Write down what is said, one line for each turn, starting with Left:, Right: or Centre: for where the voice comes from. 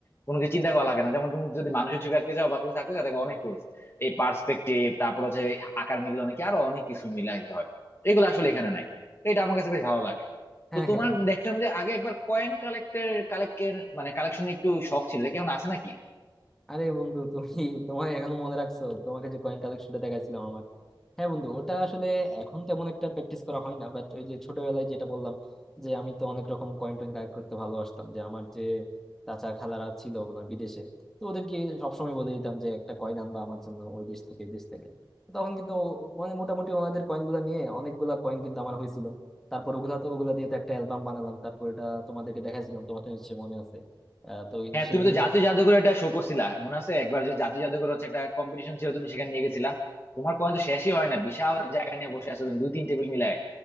Left: কোনো কিছু চিন্তা করা লাগে না যেমন তুমি যদি মানুষের ছবি আঁকতে যাও বা কোনো থাকতে যাও দেখবে অনেক রুলস এই পার্সপেক্টিভ তারপর হচ্ছে আকার মিলল নাকি আরো অনেক কিছু মিলে আঁকতে হয় এগুলো আসলে এখানে নাই তো এটা আমার কাছে বেশ ভালো লাগে
Centre: হ্যাঁ
Left: তো তোমার
Centre: হ্যাঁ
Left: দেখলাম যে আগে একবার কয়েন কালেক্টের কালেক্টের মানে কালেকশনে একটু শখ ছিল কেমন আছে নাকি
Centre: আরে বন্ধু তুমি তোমার এখনো মনে রাখছো তোমাকে যে কয়েন কালেকশনটা দেখাইছিলাম হ্যাঁ বন্ধু ওটা আসলে এখন তেমন একটা প্র্যাকটিস করা হয় না বাট ওই যে ছোটবেলায় যেটা বললাম যে আমি তো অনেক রকম কয়েন টয়েন কালেক্ট করতে ভালোবাসতাম যে আমার যে চাচা খালারা ছিল ওনার বিদেশে তো ওদেরকে সবসময় বলে দিতাম যে একটা কয়েন আনবা আমার জন্য ওই দেশ থেকে এই দেশ থেকে তখন কিন্তু ও- মানে মোটামুটি ওনাদের কয়েনগুলো নিয়ে অনেকগুলা কয়েন কিন্তু আমার হয়েছিল তারপর ওগুলা তো ওগুলা দিয়ে তো একটা অ্যালবাম বানালাম তারপর এটা তোমাদেরকে দেখাইছিলাম তোমার তো নিশ্চয়ই মনে আছে আহ তো এই-
Left: হ্যাঁ
Centre: সেজন্য
Left: তুমি তো জাতীয় জাদুঘরে এটা শো করছিলা মনে আছে একবার যে জাতীয় জাদুঘর হচ্ছে একটা কম্পিটিশন ছিল তুমি সেখানে নিয়ে গেছিলা তোমার কয়েন তো শেষই হয় না বিশাল জায়গা নিয়ে বসে আছো তুমি দুই তিন টেবিল মিলায়